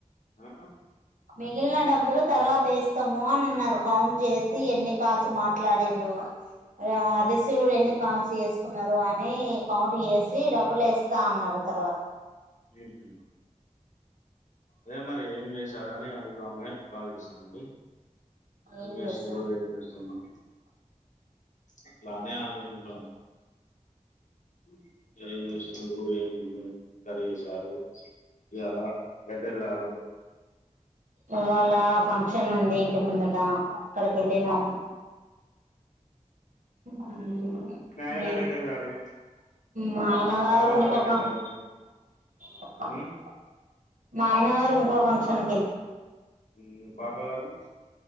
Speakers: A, on the left; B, on the right.
A: ఆ?
B: మిగిలిన డబ్బులు తర్వాత ఏస్తాము అన్నన్నారు కౌంట్ చేసి ఎన్ని కాల్స్ మాట్లాడిండు రా రిసీవ్డ్ ఎన్ని కాల్స్ చేసుకున్నారు అని కౌంట్ చేసి డబ్బులేస్తా అన్నారు తరువాత
A: హుహు అదే మరి ఏం వేశారని అడుగుదామని కాల్ చేసామండి ఇంగేసుందో
B: ఏం చేస్తా
A: ఏం చేసుడో అని అట్లానే ఆలోయ్ హుగా ఉహు ఏమేసుండే ఏమి హు కర్రీ యేశారు ఇయ్యలా రేడేలారు
B: ఇవాలా ఫంక్షన్నుది ఇంటి ముందుట అక్కడికెళ్లినం హు హూ హు
A: మీ ఆయన గారు ఎటు వెళ్ళారు
B: మా ఆయన
A: మీ
B: గారు
A: పాప
B: ఇంకొక
A: ఎటు వెళ్ళారు
B: <inaudible>
A: ఉమ్?
B: మా ఆయనా గారు ఇంకో ఫంక్షన్ని
A: ఈ పాప గారు